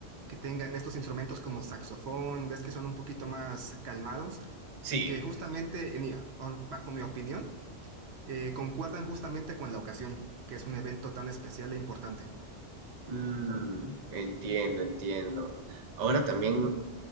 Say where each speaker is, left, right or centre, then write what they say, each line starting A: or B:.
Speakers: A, on the right (about 70°); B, on the right (about 45°).
A: que tengan estos instrumentos como saxofón, ves que son un poquito más calmados,
B: Sí.
A: que justamente, en mi- o- bajo mi opinión, eh, concuerdan justamente con la ocasión, que es un evento tan especial e importante.
B: Mm, entiendo, entiendo. Ahora también,